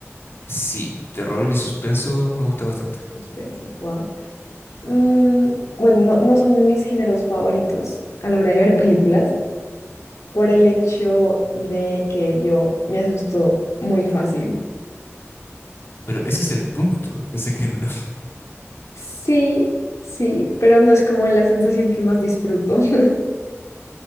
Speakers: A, on the left; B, on the left.
A: Sí, terror y suspenso me gusta bastante,
B: Suspensa, wow. Mm, bueno, no, no son de mis géneros favoritos a la hora de ver películas, por el hecho de que yo me asusto muy fácil.
A: pero ese es el punto de ese género,
B: Sí, sí, pero no es como la sensación que más disfruto. <laughs>